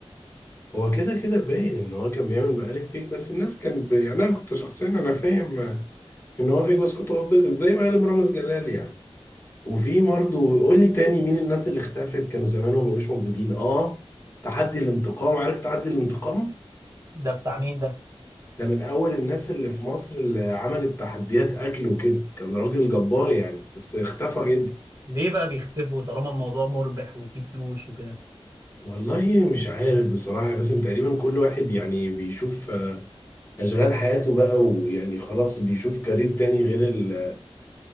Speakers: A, on the left; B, on the right.
A: هو كده كده باين ان هو كان بيعمل مقالب فيك بس الناس كانت ب... يعني انا كنت شخصيا انا فاهم ان هو فيك بس كنت بتبسط زي مقالب رامز جلال يعني وفي برضه قول لي تاني مين الناس اللي اختفت كانوا زمان وما بقوش موجودين اه تحدي الانتقام عارف تحدي الانتقام
B: ده بتاع مين ده
A: ده من اول الناس اللي في مصر اللي عملت تحديات اكل وكده كان راجل جبار يعني بس اختفى جدا
B: ليه بقى بيختفوا طالما الموضوع مربح وفيه فلوس وكده
A: والله مش عارف بصراحة بس تقريبا كل واحد يعني بيشوف آه، أشغال حياته بقى ويعني خلاص بيشوف كارير تاني غير ال-